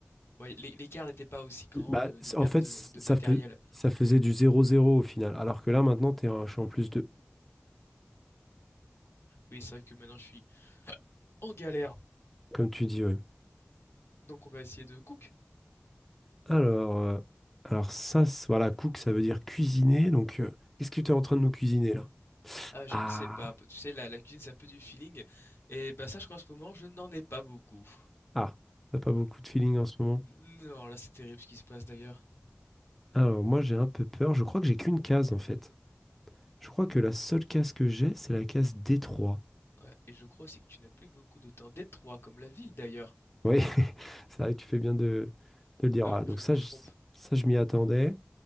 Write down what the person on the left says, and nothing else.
Ouais, l'é- l'écart n'était pas aussi grand
de,
de perte
de, de
matériel.
Oui c'est vrai que maintenant je suis en galère,
donc on va essayer de cook.
Ah je
ne sais pas, tu sais la, la cuisine c'est un peu du feeling, et bah sache qu'en ce moment je n'en ai pas beaucoup.
Non là c'est terrible ce qui se passe d'ailleurs.
Ouais, et je crois aussi que tu n'as plus beaucoup de temps. Détroit comme la ville d'ailleurs,
à
moins que
je ne
me
trompe.